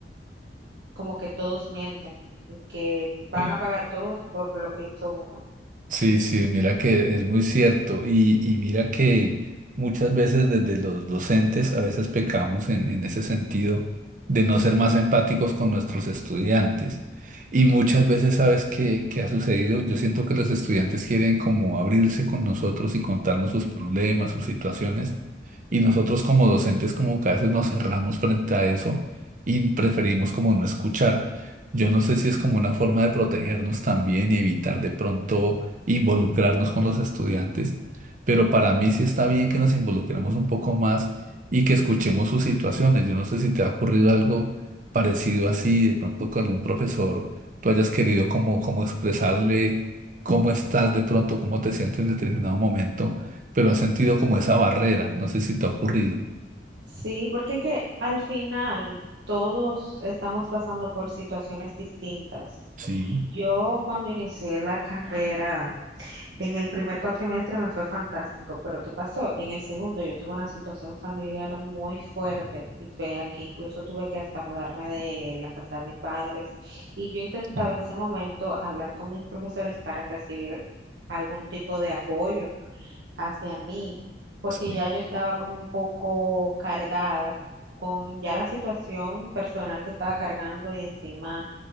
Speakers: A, on the right (about 80°); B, on the right (about 45°).
A: como que todos mienten y que van
B: sí.
A: a pagar todos por lo que hizo uno.
B: Sí, sí, mira que es muy cierto y, y mira que muchas veces desde los docentes a veces pecamos en, en ese sentido de no ser más empáticos con nuestros estudiantes. Y muchas veces, ¿sabes qué, qué ha sucedido? Yo siento que los estudiantes quieren como abrirse con nosotros y contarnos
A: Ujú.
B: sus problemas, sus situaciones, y nosotros como docentes como que a veces nos cerramos frente a eso y preferimos como no escuchar. Yo no sé si es como una forma de protegernos también y evitar de pronto involucrarnos con los estudiantes, pero para mí sí está bien que nos involucremos un poco más y que escuchemos sus situaciones. Yo no sé si te ha ocurrido algo parecido así, de pronto con algún profesor, tú hayas querido como, como expresarle cómo estás de pronto, cómo te sientes en determinado momento, pero has sentido como esa barrera, no sé si te ha ocurrido.
A: Sí, porque que al final todos estamos pasando por situaciones distintas.
B: Sí,
A: Yo cuando inicié la carrera, en el primer cuatrimestre me fue fantástico, pero ¿qué pasó? En el segundo yo tuve una situación familiar muy fuerte y fea que incluso tuve que hasta mudarme de la casa de mis padres y yo intentaba
B: sí,
A: en ese momento hablar con mis profesores para recibir algún tipo de apoyo hacia mí, porque
B: sí,
A: ya yo estaba como un poco cargada con ya la situación personal que estaba cargando y encima